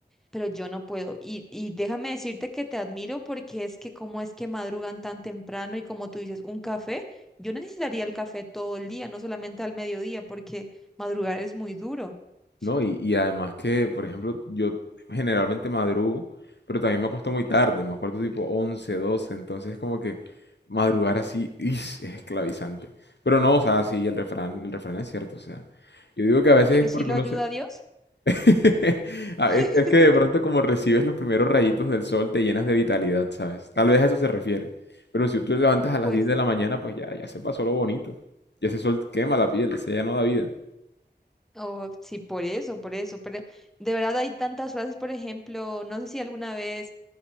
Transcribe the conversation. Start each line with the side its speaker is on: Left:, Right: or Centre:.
Centre: pero yo no puedo. Y, y déjame decirte que te admiro porque es que cómo es que madrugan tan temprano y como tú dices, un café, yo no necesitaría el café todo el día, no solamente al mediodía, porque madrugar es muy duro,
Left: No,
Centre: <laughs>
Left: y, y además que, por ejemplo, yo generalmente madrugo, pero también me acuesto muy tarde, me acuerdo tipo once doce entonces es como que madrugar así ¡is! es esclavizante. Pero no, o sea, sí, el refrán, el refrán es cierto, o sea, yo digo que a veces
Centre: pero
Left: es
Centre: sí
Left: porque
Centre: lo
Left: uno
Centre: ayuda
Left: se...
Centre: a Dios.
Left: <laughs> Ah,
Centre: <laughs>
Left: es, es que de pronto como recibes los primeros rayitos del sol te llenas de vitalidad, ¿sabes? Tal vez a eso se refiere. Pero si tú te levantas a las
Centre: Pues.
Left: 10 de la mañana, pues ya, ya se pasó lo bonito. Ya ese sol quema la piel, ese ya no da vida.
Centre: Oh, sí, por eso, por eso, pero de verdad hay tantas frases, por ejemplo, no sé si alguna vez